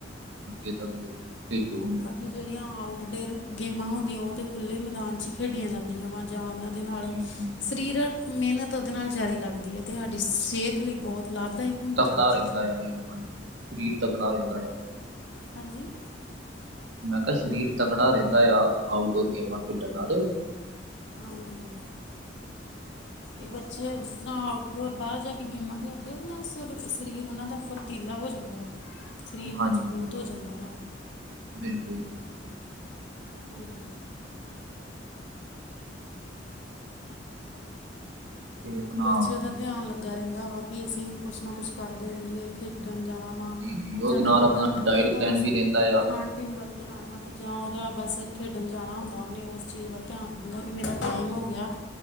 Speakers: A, on the right; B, on the left.
A: ਅੱਗੇ ਤੱਕ? ਦੇਖੋ
B: ਬਾਕੀ ਜਿਹੜੀਆਂ ਆਊਟਡੋਰ ਗੇਮਾਂ ਹੁੰਦੀਆਂ, ਉਹ ਤੇ ਖੁੱਲ੍ਹੇ ਮੈਦਾਨ ਚ ਹੀ ਖੇਡੀਆਂ, ਜਾਂਦੀਆਂ ਵਾ ਜਾਂ ਉਹਨਾਂ ਦੇ ਨਾਲ
A: ਜੀ ਜੀ ਜੀ
B: ਸਰੀਰਕ
A: ਜੀ
B: ਮਿਹਨਤ, ਉਹਦੇ ਨਾਲ ਜਿਆਦਾ ਲੱਗਦੀ ਹੈ ਅਤੇ, ਸਾਡੀ ਸਿਹਤ ਲਈ ਬਹੁਤ ਲਾਭਦਾਇਕ, ਹੁੰਦੀਆ
A: ਤਕੜਾ
B: ਉਹ ਚੀਜਾਂ
A: ਰਹਿੰਦਾ ਹਾਂਜੀ- ਹਾਂਜੀ ਸਰੀਰ ਤਾ ਬਣਾ ਦੇਂਦਾ ਏ
B: ਹਾਂਜੀ
A: ਮੈਂ ਕਿਹਾ, ਸਰੀਰ ਤਕੜਾ ਰਹਿੰਦਾ ਆ', ਆਊਟਡੋਰ ਗੇਮਾਂ ਖੇਡਣ ਨਾਲ
B: ਹਾਂਜੀ ਇਹ ਬੱਚੇ ਜਿਸ ਤਰ੍ਹਾਂ ਆਊਟਡੋਰ ਬਾਹਰ ਜਾ ਕੇ ਗੇਮਾਂ ਖੇਡਦੇ ਉਹਦੇ ਨਾਲ ਸ ਸਰੀਰ ਉਹਨਾਂ ਦਾ ਫੁਰਤੀਲਾ ਹੋ ਜਾਂਦਾ! ਸਰੀਰ ਮਜ਼ਬੂਤ
A: ਹਾਂਜੀ ਹਾਂਜੀ
B: ਹੋ ਜਾਂਦਾ
A: ਜੀ,
B: ਨਾ-ਵਾ
A: ਬਿਲਕੁਲ' ਬਿਲਕੁਲ।
B: ਹਾਂਜੀ'।
A: ਤੇ ਆਪਣਾ
B: ਬੱਚਿਆਂ ਦਾ ਧਿਆਨ ਲੱਗਾ ਰਹਿੰਦਾ' ਵਾ ਕਿ, ਅਸੀਂ ਕੁਛ ਨਾ ਕੁਛ ਕਰਦੇ, ਰਹੀਏ ਖੇਡਣ ਜਾਣਾ ਹਾਂ
A: ਜੀ ਜੀ
B: ਹੁਣ
A: ਉਹਦੇ
B: ਸਾਡਾ
A: ਨਾਲ
B: ਬੇਟਾ
A: ਆਪਣਾ
B: ਵਾ
A: ਡਾਇਟ
B: ਤੇ, ਉਹਦਾ
A: ਪਲਾਨ
B: ਬਸ
A: ਵੀ ਰਹਿੰਦਾ ਆ
B: ਖਾਣ ਪਿੰਨ ਵੱਲ ਧਿਆਨ ਵਾ'ਅਤੇ, ਜਾਂ ਉਹਦਾ ਬਸ ਖੇਡਣ ਜਾਣਾ ਹੁੰਦਾ ਆ ਉਹਨੇ, ਉਸ ਚੀਜ਼ ਵੱਲ ਧਿਆਨ' ਜਦ ਮੇਰਾ ਟਾਈਮ ਹੋ ਗਿਆ,